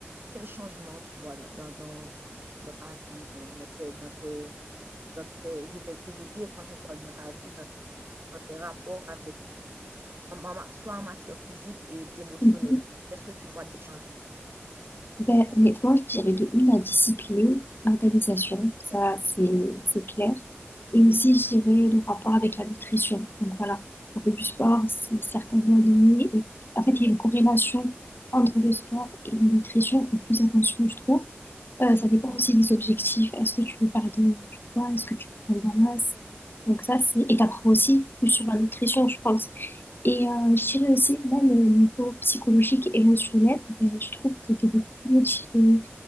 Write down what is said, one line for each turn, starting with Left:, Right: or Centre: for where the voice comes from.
Right: quel changement tu vois dans, dans, dans, dans ta vie, dans, dans tes, dans tes, dans tes, je vais, je veux dire quand je parle dans ta vie, dans, tes- dans tes rapports avec, en- en soit en matière physique et émotionnelle.
Left: vrai.
Right: Est-ce que tu vois des changements?
Left: Ben, honnêtement, je dirais de une la discipline, l'organisation, ça
Right: Exactement.
Left: c'est c'est clair. Et aussi, je dirais le rapport avec la nutrition. Donc voilà, on fait du sport, c'est certainement lié. Et en fait, il y a une corrélation entre le sport et la nutrition. Et plus attention, je trouve. Euh, ça dépend
Right: Mhm.
Left: aussi des objectifs. Est-ce que tu veux perdre du poids? Est-ce que tu veux prendre de la masse? Donc ça, c'est... Et t'apprends aussi plus sur la nutrition, je pense. Et euh, je dirais aussi, même au niveau psychologique, émotionnel, ben, je trouve que tu es beaucoup plus motivé,